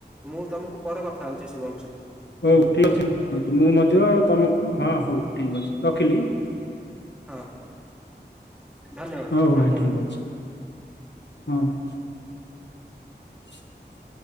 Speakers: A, in the centre; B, on the left.
A: ମୁଁ ତମକୁ ପରେ କଥା ହଉଛି ଶୁଭାଂଶୁ।
B: ହଉ ଠିକ୍ ଅଛି ମୁଁ <unintelligible> ମୁଁ ମଧ୍ୟ ତମୁକୁ ହଁ ହଉ ଠିକ୍ ଅଛି ରଖିଲି।
A: ହଁ। ଧନ୍ୟବାଦ
B: ହଉ
A: ଧନ୍ୟବାଦ।
B: ଭାଇ ଠିକ୍ ଅଛି। ହଁ ଭାଇ। <inaudible>